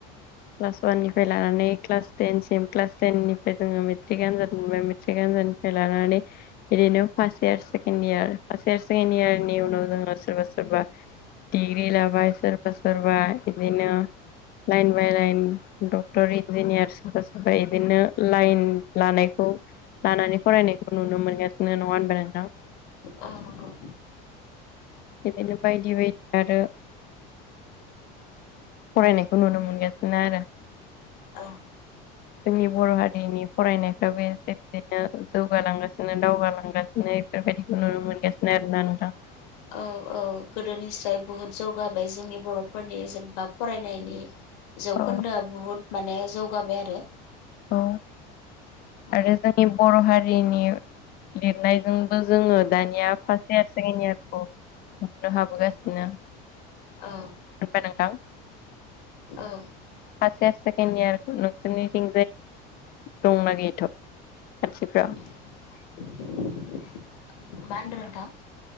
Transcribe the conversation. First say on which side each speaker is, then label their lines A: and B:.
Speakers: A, on the left; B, on the left.
A: क्लास अवाननिफ्राय लानानै क्लास टेनसिम क्लास टेननिफ्राय जोंङो मेट्रिक आनजाद मोनबाय मेट्रिक आनजाद। लानानै। ओरैनो first year second year first year second इयारनि उनाव जोङो सोरबा सोरबा दिग्रि लाबाय सोरबा सोरबा बिदिनो line by line doctor engineer सोरबा सोरबा बिदिनो लाइन लानायखौ लानानै फरायनायखौ नुनो मोनगासिनो नङा होनबा नोंथां।
B: आ नंगौ।
A: बिदिनो बायदि बायदि आरो फरायनायखौ नुनो मोनगासिनो आरो।
B: औ
A: <inaudible> जोंनि बर' हारिनि फरायनायफ्राबो एसे एसेनो जौगालांगासिनो दावगालांगासिनो। बे बायदिनो नुनो मोनगासिनो आरो ना नोंथा।
B: औ औ गोदोनिसाय बुहुद जौगाबाय जोंनि बर'फोरनि जेनबा फरायनायनि जौखोन्दोआ
A: औ
B: बुहुद माने जौगाबाय आरो।
A: औ
B: औ
A: आरो जोंनि बर' हारिनि लिरनायजोंबो जोङो दानिया फारस इयार सेकेण्ड इयारखौ नुनो हाबोगासिनो
B: औ
A: होमबा नोंथां।
B: औ
A: फास इयार सेकन्द इयार नोंसिनिथिं दंना गैथ' खाथिफ्राव
B: मा होनद्रो नोंथां?